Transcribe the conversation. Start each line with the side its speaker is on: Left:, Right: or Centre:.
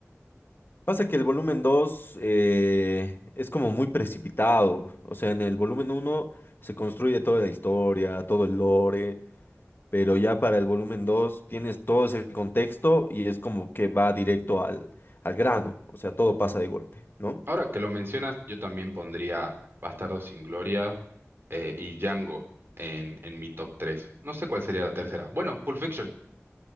Left: Pasa que el volumen 2 eh, es como muy precipitado. O sea, en el volumen uno se construye toda la historia, todo el lore. pero ya para el volumen 2 tienes todo ese contexto y es como que va directo al, al grano, o sea, todo pasa de golpe, ¿no?
Right: Ahora que lo mencionas, yo también pondría Bastardo sin Gloria eh, y Django en, en mi top 3. No sé cuál sería la tercera. Bueno, Pulp Fiction.